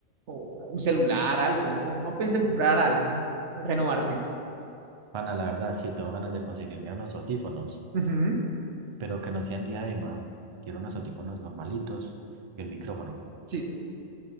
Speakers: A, on the right; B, on the right.
A: o un celular, algo? No, no pensé en comprar algo, renovarse.
B: ana la verdad, sí, tengo ganas de conseguirme unos audífonos,
A: Ujú,
B: pero que no sean diadema. Quiero unos audífonos normalitos y un micrófono.
A: Sí,